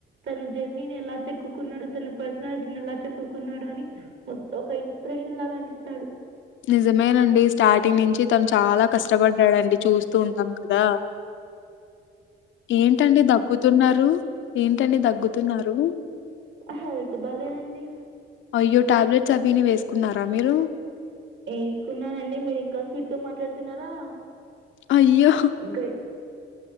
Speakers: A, on the right; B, on the left.
A: తన జర్నీని ఎలా చెక్కుకున్నాడు త న పర్సనాలిటీని ఎలా చెక్కున్నాడు అని ఒక ఇన్స్పిరేషన్ లాగా అపిస్తాడు
B: నిజమేనండి స్టార్టింగ్ నుంచి తను చాలా కష్టపడ్డాడండి చూస్తూ ఉంటాం కదా ఏంటండి తగ్గుతున్నారు ఏంటని తగ్గుతున్నారు
A: హెల్త్ బాలేదండి
B: అయ్యో టాబ్లెట్స్ అవని వేసుకున్నారా మీరు
A: వేసుకున్నానండి మీరు ఇంకా స్వీట్ గా మాట్లాడుతున్నారా
B: అయ్యో
A: ఇంకా